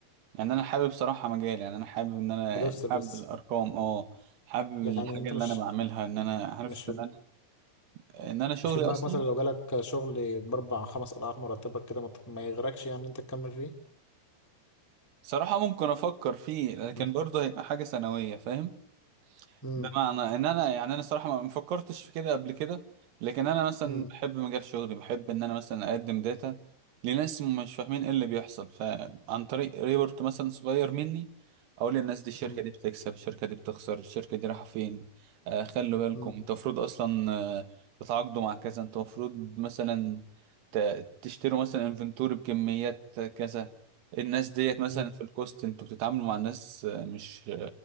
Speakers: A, on the right (about 65°); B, on the left (about 15°).
A: يعني أنا حابب صراحة مجال يعني أنا حابب إن أنا
B: بتفصل
A: حابب
B: بس
A: الأرقام أه حابب
B: يعني
A: الحاجة
B: أنت
A: اللي
B: مش
A: أنا بعملها إن أنا عارف
B: مش في
A: إن أنا إن أنا شغلي
B: مش في دماغك
A: أصلا
B: مثلا لو جالك شغل بأربع خمس أضعاف مرتبك كده ما ت- ما يغرقش يعني أنت تكمل فيه؟
A: صراحة ممكن أفكر فيه لكن
B: <laughs>
A: برضه هيبقى حاجة ثانوية فاهم
B: مم.
A: بمعنى ان انا يعني انا الصراحه ما ما فكرتش في كده قبل كده لكن انا مثلا
B: مم.
A: بحب مجال شغلي بحب ان انا مثلا اقدم داتا لناس مش فاهمين ايه اللي بيحصل فعن طريق ريبورت مثلا صغير مني اقول للناس دي الشركه
B: مم.
A: دي بتكسب الشركه دي بتخسر الشركه دي رايحه فين آه خلوا بالكم
B: مم.
A: انتوا المفروض اصلا آه، تتعاقدوا مع كذا انتوا المفروض مثلا ت- تشتروا مثلا انفنتوري بكميات كذا الناس ديت مثلا
B: مم.
A: في الكوست انتوا بتتعاملوا مع ناس آه، مش